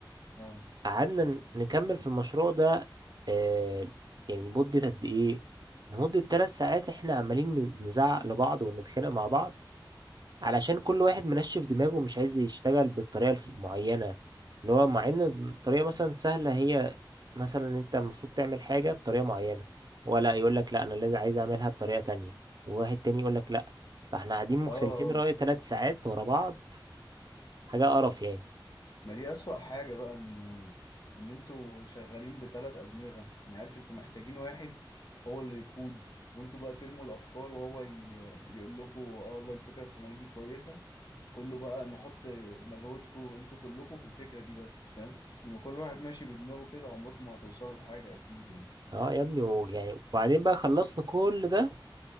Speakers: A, on the left; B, on the right.
A: اه
B: قعدنا ن- نكمل في المشروع ده آه يعني لمدة قد ايه لمدة ثلاث ساعات احنا عمالين ن- نزعق لبعض ونتخانق مع بعض علشان كل واحد منشف دماغه ومش عايز يشتغل بالطريقة الف- المعينة اللي هو مع ان الطريقة مثلا سهلة هي مثلا انت المفروض تعمل حاجة بطريقة معينة هو لا يقول لك لا انا لازم عايز اعملها بطريقة تانية وواحد تاني يقول لك لا فاحنا قاعدين مختلفين
A: اه اه
B: رأي ثلاث ساعات ورا بعض حاجة قرف يعني
A: ما دي اسوأ حاجة بقى ان ان انتوا شغالين بثلاث ادمغة يعني عارف انتوا محتاجين واحد هو اللي يقود وانتوا بقى ترموا الافكار وهو ي- يقول لكم اه والله الفكرة الفلانية دي كويسة كله بقى نحط مجهودكم انتوا كلكم في الفكرة دي بس فاهم انما كل واحد ماشي بدماغه كده عمركم ما هتوصلوا لحاجة اكيد يعني
B: اه يا ابني ويعني وبعدين بقى خلصنا كل ده